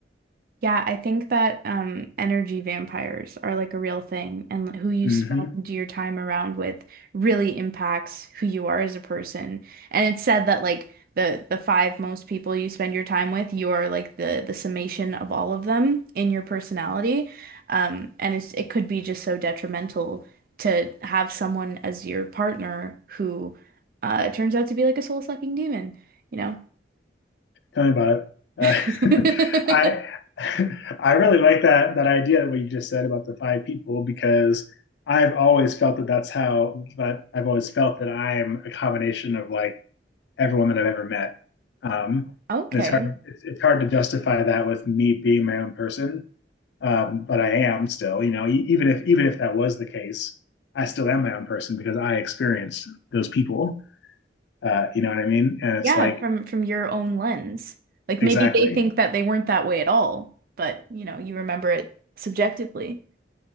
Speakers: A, on the right; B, on the left.
A: Yeah, I think that um energy vampires are like a real thing and who you
B: Mm-hmm.
A: spend your time around with really impacts who you are as a person. And it's said that like the the five most people you spend your time with, you are like the the summation of all of them in your personality. Um and it's it could be just so detrimental to have someone as your partner who uh turns out to be like a soul-sucking demon, you know?
B: Tell me about it. Uh,
A: <laughs>
B: <laughs> I I really like that that idea what you just said about the five people because I've always felt that that's how that I've always felt that I'm a combination of like every woman I've ever met. Um,
A: Okay.
B: and it's hard it's, it's hard to justify that with me being my own person, um, but I am still. You know, e- even if even if that was the case, I still am my own person because I experienced those people. Uh, you know what I mean? And it's
A: Yeah,
B: like
A: from from your own lens. Like
B: exactly
A: maybe they think that they weren't that way at all, but you know, you remember it subjectively.